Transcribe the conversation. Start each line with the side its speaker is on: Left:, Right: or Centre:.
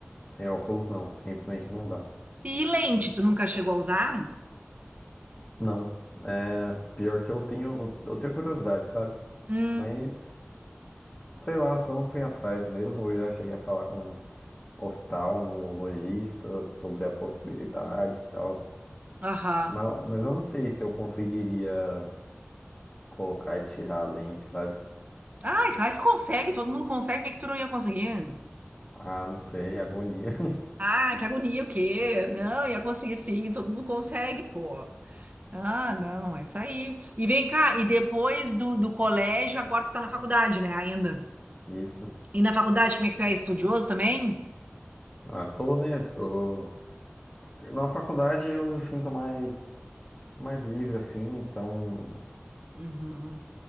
Left: sem óculos, não. Simplesmente não dá.
Right: E lente, tu nunca chegou a usar?
Left: Não. É, pior que eu tenho, eu tenho curiosidade, sabe?
Right: Hum,
Left: Mas, sei lá, só não fui atrás mesmo. Eu já cheguei a falar com oftalmologista sobre a possibilidade e tal.
Right: aham.
Left: Mas, mas eu não sei se eu conseguiria colocar e tirar a lente, sabe?
Right: Ai, claro que consegue, todo mundo consegue, por que que tu não ia conseguir?
Left: Ah, não sei, agonia.
Right: Ah, que agonia, o quê? Não, ia conseguir sim, todo mundo consegue, pô. Ah, não, é isso aí. E vem cá, e depois do, do colégio, agora tu tá na faculdade, né, ainda?
Left: <laughs> Isso.
Right: E na faculdade, como é que tu é? Estudioso também?
Left: Ah, tô, né? Tô... Na faculdade eu me sinto mais, mais livre, assim. Então,
Right: Uhum,